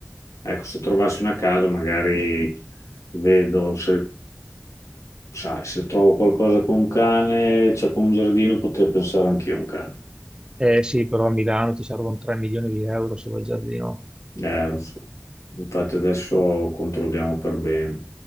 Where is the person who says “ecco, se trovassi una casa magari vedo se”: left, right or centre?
Left